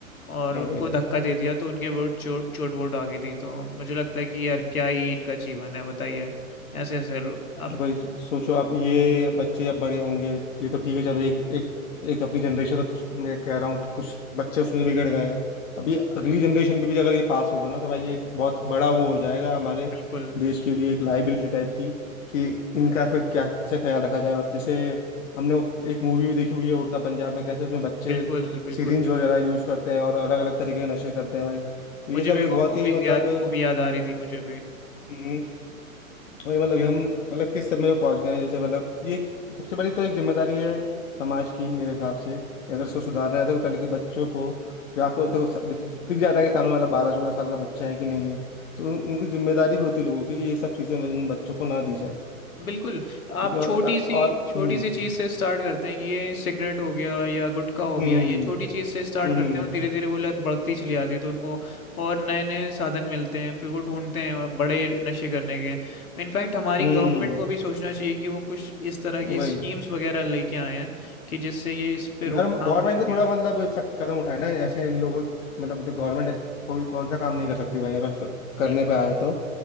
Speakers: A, on the left; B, on the left.
A: और
B: अरे
A: उनको
B: अरे
A: धक्का दे दिया तो उनके बहुत चोट चोट वोट आ गई थी तो मुझे लगता है कि यार क्या ही इनका जीवन है बताइए ऐसे ऐसे लो- अब
B: तो भाई सो- सोचो अब ये बच्चे जब बड़े होंगे ये तो ठीक है चलो एक एक एक अपनी जनरेशन है तो मैं कह रहा हूँ कुछ बच्चे उसमें बिगड़ गए हैं अब ये अगली जनरेशन पे भी अगर ये पास होगा ना तो भाई ये एक बहुत बड़ा वो हो जाएगा हमारे
A: बिल्कुल
B: देश के लिए एक लाइबिलिटी टाइप की कि इनका फिर कैसे ख्याल रखा जाए और जैसे हमने वो एक मूवी भी देखी हुई है उड़ता पंजाब में कैसे उसमें बच्चे
A: बिल्कुल बिल्कुल
B: सिरिंज वगैरह यूज करते हैं और अलग अलग तरीके के नशे करते हैं भाई तो ये
A: मुझे
B: सब
A: भी
B: एक
A: वो
B: बहुत
A: मूवी
B: ही मतलब
A: याद मूवी याद आ रही थी मुझे भी
B: हम्म, वही मतलब हम मतलब किस समय में पहुंच गए हैं जैसे मतलब ये सबसे बड़ी तो एक जिम्मेदारी है समाज की मेरे हिसाब से अगर इसको सुधारना है तो पहले कि बच्चों को जो आपको देखो स- दिख, दिख जाता है कि सामने वाला बारह चौदह साल का बच्चा है कि नहीं है तो उन, उनको जिम्मेदारी भी होती है लोगों की कि ये सब चीजें उन बच्चों को ना दी जाए
A: बिल्कुल आप
B: क्योंकि और,
A: छोटी सी
B: और
A: छोटी
B: हम्म
A: सी चीज से स्टार्ट करते हैं ये सिगरेट हो गया या गुटखा हो
B: हम्म
A: गया ये छोटी चीज से स्टार्ट
B: हम्म
A: करते हैं और धीरे धीरे वो लत बढ़ती चली जाती है तो उनको और नए नए साधन मिलते हैं फिर वो ढूंढते हैं और बड़े नशे करने के इनफैक्ट हमारी
B: हम्म
A: गवर्नमेंट को भी सोचना चाहिए कि वो कुछ इस तरह की
B: वही
A: स्कीम्स वगैरह लेके आए हैं कि जिससे ये इस पे रोकथाम
B: गवर्नमेंट
A: हो सके
B: को थोड़ा मतलब सख्त कदम उठाना है ऐसे इन लोगों मतलब गवर्नमेंट कोई कौन सा काम नहीं कर सकती भाई अगर क- करने
A: बिल्कुल
B: पे आए तो